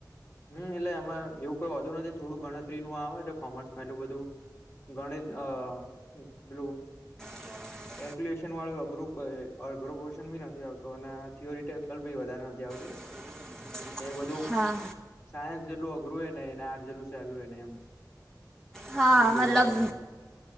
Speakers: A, on the left; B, in the centre.
A: હમ એટલે એમાં એવું કઈ વધુ નથી થોડું ગણતરી નું આવે છે કોમર્સમાં એલું બધું. ગણિત અ બલુ.
B: <inaudible>
A: કેલ્ક્યુલેશન વાળું અઘરું પડે અઘરું પોશન ભી નથી આવતો અને થિરીટેપી વધારે નથી આવતું.
B: <inaudible>
A: એ બધું.
B: હા.
A: સાયન્સ જેટલું અઘરું નહ એ આર્ટ જેટલું સેલુ એને એમ
B: હા
A: બધું ભેગું
B: મતલબ
A: આવે છે.